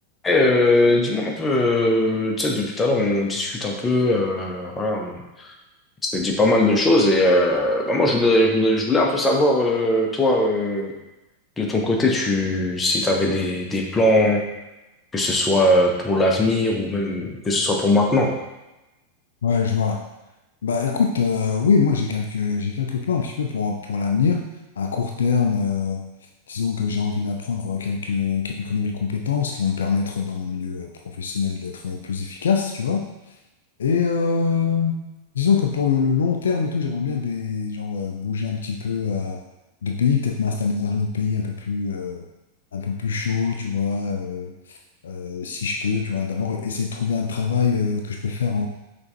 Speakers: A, on the left (about 15°); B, on the left (about 65°).
A: Eh, euh, dis-moi un peu, euh, tu sais, depuis tout à l'heure, on discute un peu, euh, voilà, on s'est dit pas mal de choses et euh, bah, moi, je voulais, je voulais, je voulais un peu savoir, euh, toi, euh, de ton côté, tu, si tu avais des, des plans, que ce soit euh, pour l'avenir ou même que ce soit pour maintenant.
B: Ouais, je vois. Bah écoute, euh, oui, moi j'ai quelques j'ai quelques plans un petit peu pour pour l'avenir. À court terme, euh, disons que j'ai envie d'apprendre quelques quelques nouvelles compétences qui vont me permettre dans mon milieu euh, professionnel d'être euh, plus efficace, tu vois. Et euh, disons que pour le, le long terme et tout, j'aimerais bien des genre euh, bouger un petit peu euh, de pays, peut-être m'installer dans un autre pays un peu plus euh, un peu plus chaud, tu vois. euh, euh, si je peux, tu vois. D'abord essayer de trouver un travail euh, que je peux faire